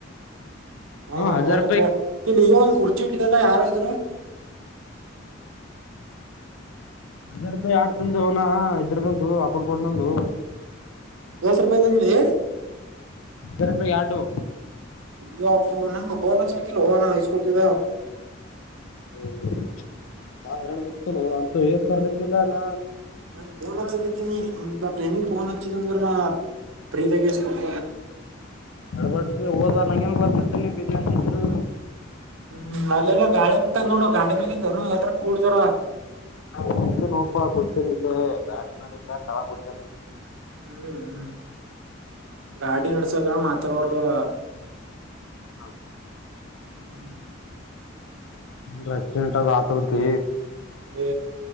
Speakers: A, on the right; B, on the left.
A: ಹಾ
B: ಹ್ಮ ಹಜಾರ್
A: ಮೂವತ್ ರೂಪಾಯಿ ಇಲ್ಲಿ ಕುರ್ಚಿ ಇಟ್ಟಿದಲ್ಲ ಯಾರರು
B: ಹಜ ರೂಪಾಯಿ ಆಡ್ತಂದು ಅವನ ಇದ್ರಗಂದು ಆಕೊಂಡಕಡಂದು
A: ಎಸ್ ರೂಪಾಯಿ ತಂದುಿ
B: ಅರಾದ್ರೆ ಎರಡು
A: ಇಲ್ವಾಪ್ಪ ನಂಗ ಬೋನ್ ಹಚ್ಬೇಕಿಲ್ ಹನ ಇಸ್ಕೊಡ್ತಿದ್ದ
B: ಹ್ಮ ಮ ಹಾರಾಣ ಗೊತ್ತತ ಅಂತ ಕಲುಕ್ಕಲ್ಲ ನ
A: ನಂಗ್ ಫೋನ್ ಹಚ್ಚದತೀನಿ ಇ ಟೈಮಿಂಗ್ ಫೋನ್ ಹಚ್ಚಿದ ಅಂದ್ರ ನ ಪ್ರೀತಕ್ಕೆಸ್ಕಡ್
B: ಬಟ್ಸ ಹೋದ ನನೇನು ಗೊತ್ತತಿತ್ತು ನೀ ಬಿಸ್ನೆಸ್ ಹಕ್ಕಿದು
A: ಹು ಅಲ್ಲೆಲ್ಲ ಗಾಳಿ ಬಿಟ್ಟ ನೋಡ ಗಾಡಿ ಮ್ಯಾಗನು ಎಲ್ರ ಕೂಡತ್ತಾರಾ
B: ಕುಂತೇ ನೋಪಾ ಕುಂತೇನಿ ಇಲ್ಲ ಗಾಡಿ ಮೇಲಿಂದ ಕೆಳಗ ಕುಂತೇನಿ
A: ಹು ಹು ಗಾಡಿ ನಡಸ್ಸುವಾಗ ಮಾತಾಡ್ಬಾರಾದ್ರೂ
B: ಹೌದ
A: ಹು
B: ಏನರ ಎಕ್ಕ್ಷಿಡೆಂಟ ಆಗತ್ತತಿ
A: ಈ